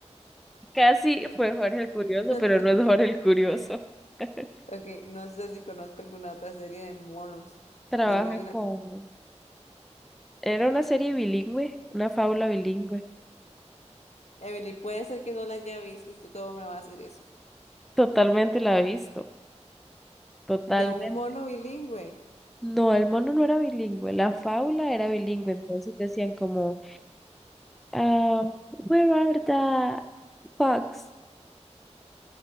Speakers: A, in the centre; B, on the left.
A: Casi fue Jorge el Curioso,
B: <laughs>
A: pero no es Jorge el Curioso. <laughs>
B: Ok, no sé si conozco alguna otra serie de monos.
A: Trabaja
B: Deme alguna
A: con...
B: pista.
A: Era una serie bilingüe, una fábula bilingüe.
B: Emily, puede ser que no la haya visto, ¿tú cómo me va a hacer eso?
A: Totalmente la he visto, totalmente.
B: De un mono bilingüe.
A: No, el mono no era bilingüe, la fábula era bilingüe, entonces decían como, ah, where are the fox?